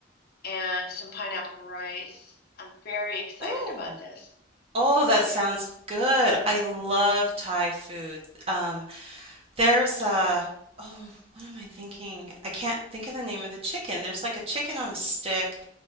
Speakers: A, on the left; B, on the right.
A: and some pineapple rice. I'm very excited
B: Ooh.
A: about this.
B: Oh,
A: Right.
B: that sounds good. I love Thai food. Um There's a, oh, what am I thinking? I can't think of the name of the chicken. There's like a chicken on a stick